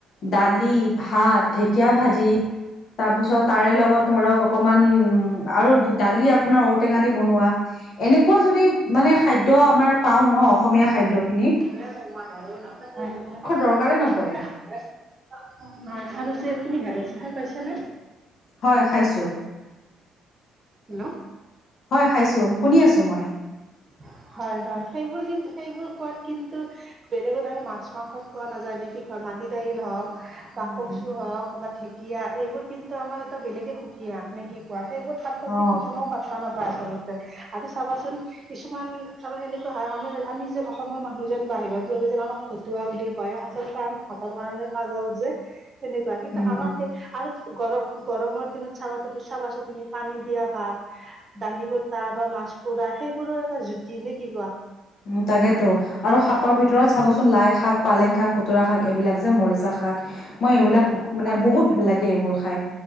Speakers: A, on the left; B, on the right.
A: দালি, ভাত। ঢেকীয়া ভাজি, তাৰপিছত তাৰে লগত ধৰক আকমান আৰু দালি আপোনাৰ ঔটেঙা। বনোৱা এনেকুৱা যদি মানে খাদ্য আমাৰ পাও ন অসমীয়া খাদ্য খিনিত।
B: আৰু যে। <unintelligible>
A: দৰকাৰে
B: তুমি
A: নপৰে
B: গেললে চিহাল কৈছা নে। <unintelligible>
A: হয় খাইছোঁ।
B: হেল্ল'।
A: হয় খাইছোঁ শুনি আছোঁ মই।
B: <inaudible> হয় হয় সেইবোৰ কিন্তু সেইবোৰ খোৱাদ কিন্তু, বেলেগত আমি মাছ মাংসত খোৱা নাযায় নে কি খ। মাটি দাইল হওক, বা
A: উম,
B: কচু হওক বা ঢেকীয়া এইবোৰ কিন্তু আমাৰ এটা বেলেগে সুকীয়া হয়। নে কি কোৱা? সেইবোৰ খাদ্য
A: অ
B: কিন্তু কোননেও পাত্তা নাপায় আচলতে আৰু চাবাচোন। কিছুমান কাৰ এনেকুৱা হয় আমাৰ আমি যেন অসমৰ মানুহ যেন বাহিৰত গলে যেন আমাক ঘটুৱা বুলি কয়। আচলতে আমি ভাতৰ কাৰণে পাগল যে সেনেকুৱা কিন্তু
A: উম।
B: আমাৰ সেই আৰু। গৰ গৰমৰ দিনত চাবা চাবাছা তুমি পানী দিয়া ভাত দালি বতা বা ম মাছ পুৰা সেইবোৰৰ এটা জুতি নে কি কোৱা।
A: উ তাকেতো আৰু শাকৰ ভিতৰত চাবচোন লাই শাক পালেং শাক খুতুৰা শাক এইবিলাক যে মৰিচা শাক। শাক মই এইবিলাক মানে
B: হয়
A: বহুত ভাল লাগে এইবোৰ খাই।